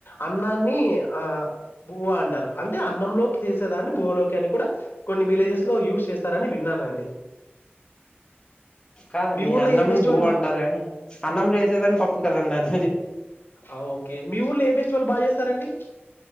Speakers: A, on the left (about 60°); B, on the left (about 20°).
A: అన్నాన్ని ఆ బువ్వ అంటారు అంటే అన్నంలోకి చేసేదాన్ని బువలోకి అని కూడా కొన్ని విలేజెస్ లో యూస్ చేస్తారని విన్నానండి.
B: కాదండి
A: మీ ఊర్లో
B: అన్నంని
A: ఏ ఫెస్టివల్
B: భూ
A: బా
B: అంటారు కానీ, అన్నం లే వేసేదాన్ని పప్పు కదండి అనేది.
A: ఆ ఓకే మీ ఊర్లో ఏ ఫెస్టివల్ బాగా చేస్తారండి.